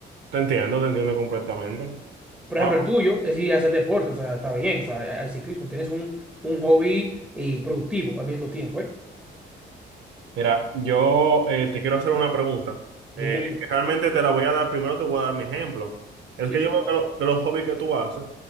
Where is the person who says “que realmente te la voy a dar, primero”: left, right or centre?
Right